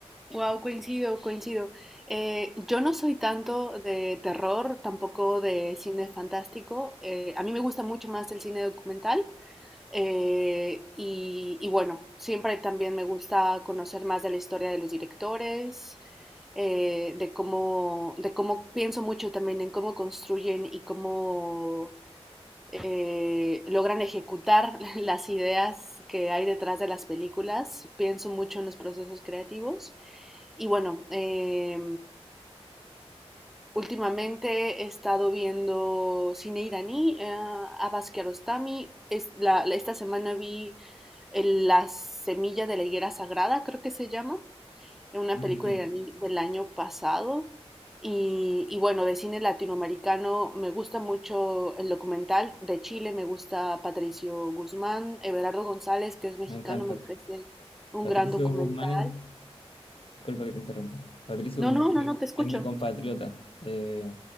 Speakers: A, in the centre; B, on the left.
A: Wow, coincido, coincido. Eh, yo no soy tanto de terror, tampoco de cine fantástico. Eh, a mí me gusta mucho más el cine documental. eh, y, y bueno, siempre también me gusta conocer más de la historia de los directores, eh, de cómo, de cómo pienso mucho también en cómo construyen y cómo eh, logran ejecutar <laughs> las ideas que hay detrás de las películas. Pienso mucho en los procesos creativos. Y bueno, eh, últimamente he estado viendo cine iraní, eh, Abbas Kiarostami. Es la, la- esta semana vi el- La semilla de la higuera sagrada, creo que se llama una
B: Ah,
A: película
B: ok.
A: iraní del año pasado. Y, y bueno, de cine latinoamericano me gusta mucho el documental. De Chile me gusta Patricio Guzmán, Everardo González, que es mexicano,
B: Me encanta.
A: me parece un
B: Patricio
A: gran documental.
B: Guzmán es, disculpa que te interrumpa. Patricio
A: No,
B: Guzmán
A: no,
B: es
A: no,
B: mi,
A: no, te escucho.
B: es mi compatriota. Eh,